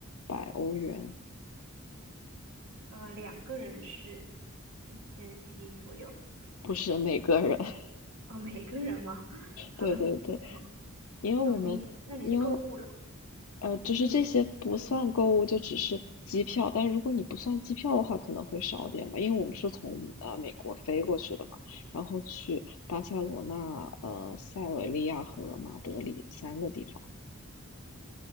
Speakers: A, on the left; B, on the right.
A: 百欧元，
B: 呃，两个人是一千七左右
A: 不是每个人。<laughs>
B: 啊，每个人吗？<laughs> 啊，
A: 对对对，
B: 哦
A: 因为我们因为
B: 哦，你们那你是购物了，
A: 呃，只是这些不算购物，
B: 就是就是？
A: 就只是机票。但如果你不算机票的话，可能会少点吧，因为我们是从呃美国飞过去的嘛，然后去巴塞罗那、呃塞维利亚和马德里三个地方，